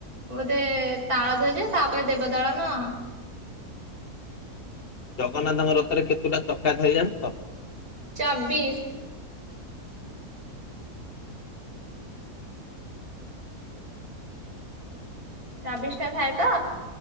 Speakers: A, on the right; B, on the left.
A: ବୋଧେ ତାଳଧ୍ଵଜ ତାପରେ ଦେବଦଳନ
B: ଜଗନ୍ନାଥଙ୍କ ରଥରେ କେତୁ ଟା ଚକା ଥାଏ ଯାଣିଛ?
A: ଚବିଶ୍ ଚବିଶ ଟା ଥାଏ ତ